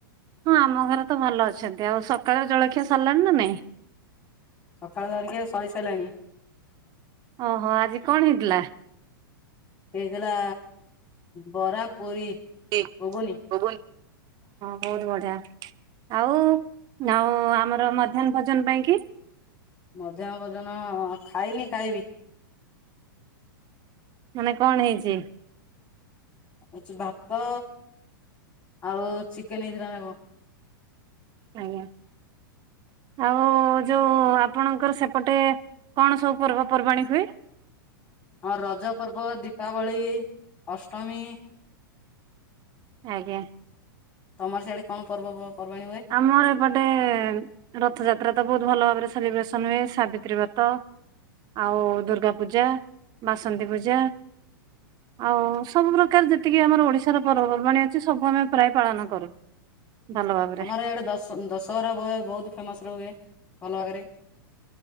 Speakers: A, on the right; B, on the left.
A: ହଁ ଆମ ଘରେ ତ ଭଲ ଅଛନ୍ତି। ଆଉ ସକାଳ ଜଳଖିଆ ସରିଲାଣି ନା ନାଇଁ?
B: ସକାଳ ଜଳଖିଆ ସରିସାରିଲାଣି।
A: ଓହୋ ଆଜି କଣ ହେଇଥିଲା?
B: ହେଇଥିଲା ବରା ପୁରୀ।
A: <inaudible> ହଁ
B: ଘୁଗୁନି
A: ହଁ ବହୁତ୍ ବଢିଆ। ଆଉ ନାଉ ଆମର ମଧ୍ୟାହ୍ନ ଭୋଜନ ପାଇଁ କି
B: ମଧ୍ୟାହ୍ନ ଭୋଜନ ଖାଇନି କାଇବି।
A: ମାନେ କଣ ହେଇଚି?
B: ହେଉଚି ଭାତ ଆଉ ଚିକେନ୍ ହେଇଥିଲା ନା କଣ।
A: ଆଜ୍ଞା। ଆଉ ଯୋଉ ଆପଣଙ୍କର ସେପଟେ କଣ ସବୁ ପର୍ବପର୍ବାଣି ହୁଏ?
B: ହଁ ରଜ ପର୍ବ ଦୀପାବଳି ଅଷ୍ଟମୀ।
A: ଆଜ୍ଞା।
B: ତମର ସିଆଡେ କଣ ପର୍ବ ପର୍ବାଣି ହୁଏ?
A: ଆମର ଏପଟେ ରଥଯାତ୍ରା ତ ବହୁତ୍ ଭଲ ଭାବରେ ସେଲିବ୍ରେସନ୍ ହୁଏ ସାବିତ୍ରୀ ବ୍ରତ ଆଉ ଦୁର୍ଗାପୂଜା ବାସନ୍ତୀ ପୂଜା। ଆଉ ସବୁପ୍ରକାର ଯେତିକି ଆମର ଓଡ଼ିଶାର ପର୍ବପର୍ବାଣି ଅଛି ସବୁ ଆମେ ପ୍ରାଏ ପାଳନ କରୁ। ଭଲ ଭାବରେ
B: ଆମର ଇଆଡ଼େ ଦଶ୍ ଦଶହରା ବୟ ବହୁତ୍ ଫେମସ୍ରେ ହୁଏ ଭଲ ଆଗେରେ।